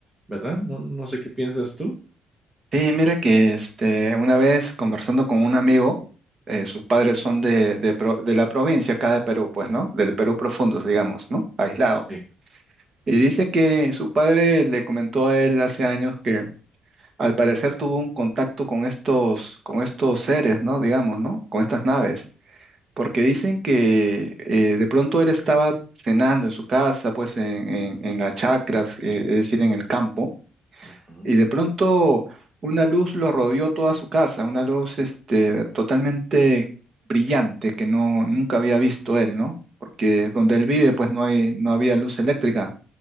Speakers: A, on the right; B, on the right.
A: ¿verdad? No, no sé qué piensas tú.
B: Sí, mira que este, una vez conversando con un amigo, eh, sus padres son de, de pro- de la provincia acá de Perú, pues, ¿no? Del Perú profundo, digamos, ¿no? Aislado.
A: Sí.
B: Y dice que su padre le comentó a él hace años que al parecer tuvo un contacto con estos, con estos seres, ¿no? Digamos, ¿no? Con estas naves. Porque dicen que eh, de pronto él estaba cenando en su casa, pues en, en, en las chacras, eh, es decir, en el campo,
A: Ujú.
B: y de pronto una luz lo rodeó toda su casa, una luz este, totalmente brillante que no, nunca había visto él, ¿no? Porque donde él vive, pues no hay, no había luz eléctrica.